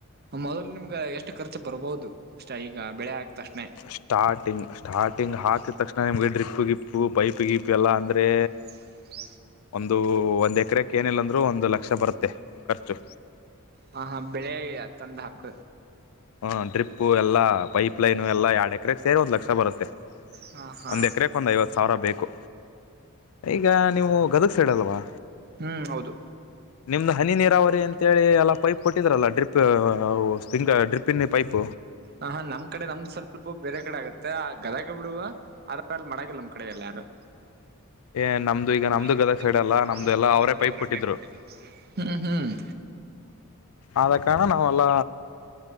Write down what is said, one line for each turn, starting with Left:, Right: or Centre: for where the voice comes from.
Right: ಮೊದ್ಲು ನಿಮ್ಗ ಎಷ್ಟ ಖರ್ಚ ಬರ್ಬಹುದು ಅಷ್ಟ ಈಗ ಬೆಳೆ ಹಾಕಿದ ತಕ್ಷಣೆ.
Left: ಸ್ಟಾರ್ಟಿಂಗ್ ಸ್ಟಾರ್ಟಿಂಗ್ ಹಾಕಿದ ತಕ್ಷಣೆ ನಿಮಗೆ ಡ್ರಿಪ್ಪ ಗಿಪ್ಪು ಪೈಪ್ ಗಿಪ್ಪು ಎಲ್ಲ ಅಂದರೆ.
Right: <inaudible>
Left: ಒಂದು ಒಂದ್ ಎಕರೆಕ್ ಏನಿಲ್ಲ ಅಂದರೂ ಒಂದು ಲಕ್ಷ ಬರುತ್ತೆ ಖರ್ಚು
Right: ಹ ಹಾ ಬೆಳೆ ತಂದ ಹಾಕ್
Left: ಹಾ ಡ್ರಿಪ್ಪು ಎಲ್ಲಾ ಪೈಪ್ಲೈನು ಎಲ್ಲಾ ಎರಡ ಎಕರೆಗ ಸೇರ ಒಂದ್ ಲಕ್ಷ ಬರುತ್ತೆ
Right: ಹಾ ಹಾ
Left: ಒಂದ್ ಎಕರೆಕ್ ಒಂದ್ ಐವತ್ತ ಸಾವಿರ ಬೇಕು ಈಗ ನೀವು ಗದಗ್ ಸೈಡಲ್ವಾ
Right: ಹ್ಮ್ ಹೌದು
Left: ನಿಮ್ದ್ ಹನಿ ನೀರಾವರಿ ಅಂತೇಳಿ ಎಲ್ಲ ಪೈಪ್ ಕೊಟ್ಟಿದ್ರಲ್ಲ ಡ್ರಿಪ್ ಅವು ಸ್ಪಿರಿಂಗ್ ಡ್ರಿಪ್ಪಿನ ಪೈಪ್
Right: ಹ ಹಾ ನಮ್ ಕಡೆ ನಮ್ದ್ ಸ್ವಲ್ಪ ಬೇರೆ ಕಡೆ ಆಗತ್ತೆ ಆ ಗದಗ ಬಿಡುವ ಅರ್ಧ ಅರ್ಧ ಮಾಡಂಗಿಲ್ಲ ನಮ್ಮ್ ಕಡೆ ಇಲ್ಲ ಯಾರು <unintelligible>
Left: ಏ ನಮ್ದು ಈಗ ನಮ್ದು ಗದಗ ಸೈಡ್ ಅಲ್ಲ ನಮ್ದು ಎಲ್ಲ ಅವರೇ ಪೈಪ್ ಕೊಟ್ಟಿದ್ರು
Right: ಹ್ಮ ಹ್ಮ್
Left: ಆದ ಕಾರಣ ನಾವೆಲ್ಲ